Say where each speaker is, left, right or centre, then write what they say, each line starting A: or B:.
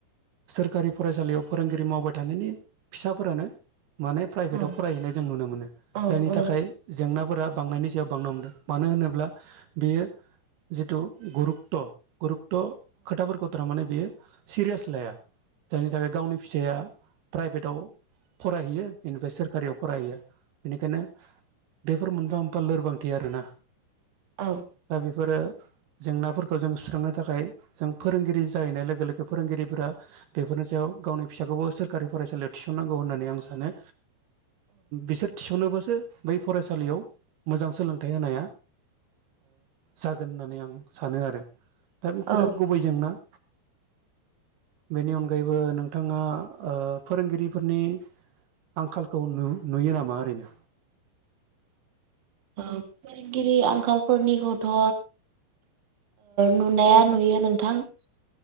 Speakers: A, on the right (about 70°); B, on the right (about 45°).
A: सोरखारि फरायसालियाव फोरोंगिरि मावबाय थानायनि फिसाफोरानो माने प्राइभेटाव
B: औ
A: फरायहैनाय जों नुनो मोनो जायनि
B: नंगौ औ
A: थाखाय जेंनाफोरा बांनायनि सायाव बांनो मोनदों मानो होनोब्ला बेयो जिथु गुरुकथ गुरुकथ खोथाफोरखौ थारमाने बियो सिरियास लाया जायनि थाखाय गावनि फि फिसाया प्राइभेटआव फरायहैयो बेनिफ्राय सोरखारियाव फरायहैयो बेनिखायनो बेफोर मोनफा मोनफा लोरबांथि आरोना
B: औ
A: दा बेफोरो जेंनाफोरखौ जों सुस्रांनो थाखाय जों फोरोंगिरि जाहैनाय लोगो लोगो फोरोंगिरिफोरा बेफोरनि सायाव गावनि फिसाखौबो सोरखारि फरायसालियाव थिसनांगौ होननानै आं सानो बिसोर थिसनोबासो बै फरायसालियाव मोजां सोलोंथाइ होनाया जागोन होननानै आं सानो आरो दा बेफोरो
B: औ
A: गुबै जेंना बेनि अनगायैबो नोंथाङा फोरोंगिरिफोरनि आंखालखौ नुयो नामा ओरैनो
B: फोरोंगिरि आंखालफोरनिखौथ नुनाया नुयो नोंथां